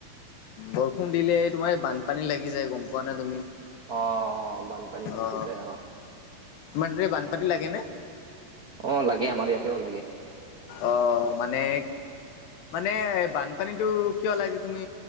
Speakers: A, on the left; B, on the right.
A: বৰষুণ দিলে তোমাৰ এই বানপানী লাগি যায় গম পোৱা নে তুমি
B: অ অ বানপানী বান লাগি
A: অ
B: যায়
A: তোমাৰ তাতে বানপানী লাগে নে
B: অ লাগে আমাৰ ইয়াতেও লাগে
A: অ মানে এক মানে বানপানীটো কিয় লাগে তুমি